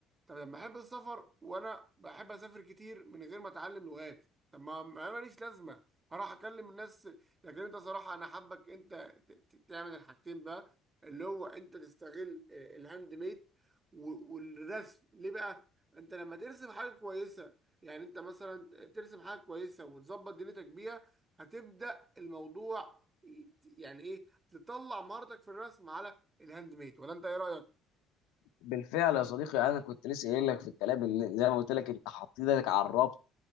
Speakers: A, on the right; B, on the left.
A: طب لما احب السفر وانا بحب اسافر كتير من غير ما اتعلم لغات طب ما ما ماليش لازمه هروح اكلم الناس لكن انت صراحه انا حابك انت ت- ت- تعمل الحاجتين بقى اللي هو انت تستغل آه، الهاند ميد و- والرسم ليه بقى انت لما ترسم حاجه كويسه يعني انت مثلا ترسم حاجه كويسه وتظبط دنيتك بيها هتبدا الموضوع ي- يعني ايه تطلع مهارتك في الرسم على الهاند ميد ولا انت ايه رايك
B: بالفعل يا صديقي انا كنت لسه قايل لك في الكلام ان زي ما قلت لك انت حطيت ايدك على الربط